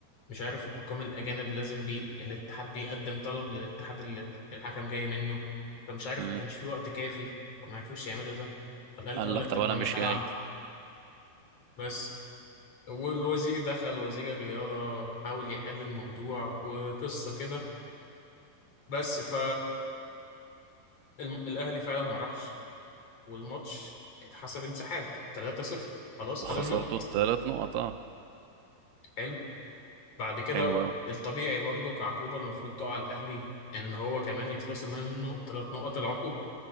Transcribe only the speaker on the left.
مش عارف الحكام الاجانب لازم بي... الاتحاد بيقدم طلب للاتحاد اللي الحكم جاي منه فمش عارف
ما كانش في وقت كافي فما عرفوش يعملوا ده فالأهلي
قال
لك
طب
انا مش
هلعب
بس والوزير دخل وزير الرياضة حاول يحل الموضوع وقصة كده بس ف الم- الأهلي فعلا ما راحش والماتش اتحسب انسحاب 3-0 خلاص
خد النقط
حلو بعد كده
الطبيعي برضه كعقوبة المفروض تقع على الأهلي إن هو كمان يتخصم منه ثلاث نقط العقوبة